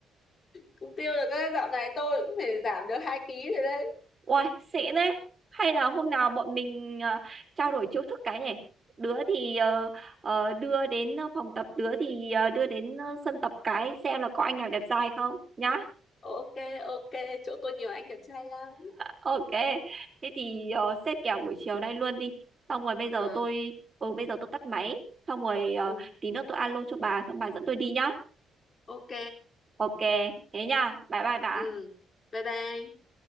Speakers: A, on the left; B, on the right.
A: cũng tiêu được đấy dạo này tôi cũng phải giảm được 2 ký rồi đấy
B: Uầy, xịn đấy. Hay là hôm
A: ừ.
B: nào bọn mình ờ, trao đổi chiêu thức cái nhỉ? Đứa thì ờ, ờ, đưa đến ờ, phòng tập, đứa thì ờ, đưa đến ờ, sân tập cái xem là có anh nào đẹp trai không nhá.
A: ok ok chỗ tôi nhiều anh đẹp trai lắm
B: Ok. Thế thì ờ, xếp kèo buổi chiều nay luôn đi. Xong rồi bây giờ
A: Ờ,
B: tôi ừ bây giờ tôi tắt máy, xong rồi ờ,
A: ừ.
B: tí nữa tôi alo cho bà xong bà dẫn tôi đi nhá.
A: ok
B: Ok, thế nha. Bye bye bà.
A: ừ. bye bye